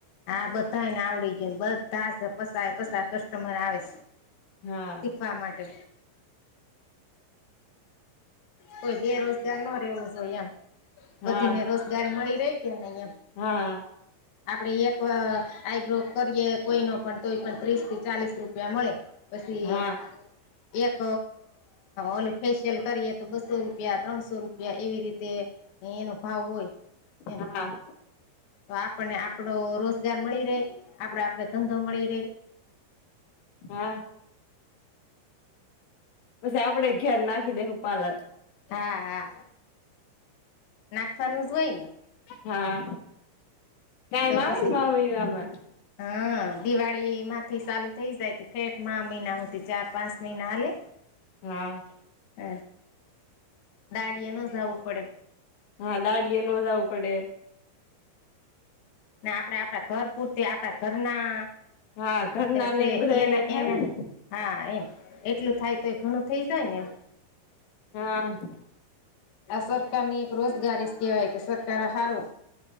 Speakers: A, on the left; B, on the left.
A: હા બધાને આવડી ગય ને બધા પસ પસ કસ્ટમર આવે
B: હા.
A: શીખવા માટે. કોઈ બેરોજગાર ન રહેવો જોઈએ એમ બધી
B: હા
A: ને રોજગારી મળી ર કે નહી એમ
B: હા.
A: આપડે એક આઈબ્રો કરીએ કોઈ ન પણ તો એ પણ ત્રીસ થી ચાલીસ રૂપિયા મળે. પછી
B: હા
A: એક ઓલ ફેશિયલ કરીએ તો બસો રૂપિયા ત્રણસો રૂપિયા એવી રીતે એ એનભાવ હોય એમ
B: હા.
A: તો આપણને આપડો રોજગાર મળી રહે આપડો આપડ ધંધો મળી રહે
B: હા પછી આપડે ઘેર નાખી દેવું પાલક
A: હા હા નાખવાનું જ હોય ને.
B: હા કાયમ
A: તો
B: આવે
A: પછી
B: ન મહિના બાદ
A: હા દિવાળી માંથી ચાલુ થઇ જાય ઠેઠ મહિના હોતી ચાર પાંચ મહિના હાલે.
B: હા.
A: હ દાળિએ ન જવું પડે.
B: હા દાડિએ નો જાવું પડે.
A: ને આપડે આપડા ઘર પૂર તે આપણા ઘરના
B: હા ઘરના
A: જે
B: ને બધાને
A: એના
B: થાય
A: એને
B: ને
A: હા એમ એટલું થાય તો એ ઘણું થઈ જાય ને એમ.
B: હા.
A: આ સરકાર ની એક રોજગારી કેહેવાય કે સરકાર હારુ